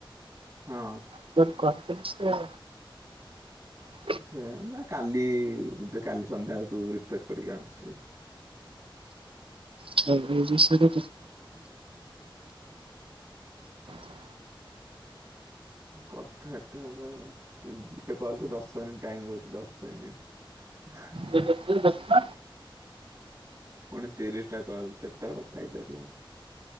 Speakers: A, on the right (about 30°); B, on the right (about 80°).
A: ହଁ।
B: <unintelligible> କହିଥିଲେ ସେ ହ
A: ସେ ନା କାଲି ବୋଧେ କାଲି ସନ୍ଧ୍ୟାବେଳକୁ ରିଫ୍ରେସ କରିକି <unintelligible>
B: ହୁଁ। ଏ ବିଷୟରେ <unintelligible>
A: କଥା ଏତେ ହଵା ସେ ଗୋଟେ କଲ କୁ ଦଶ ମିନିଟ ଟାଇମ୍ ଦଉଚି ଦଶ ମିନିଟ। ହ
B: <inaudible>
A: ଫୁଣି ତିରିଶ ଟା କଲ କେତେ ଆଉ କଥା ହେଇ ସାରିବ।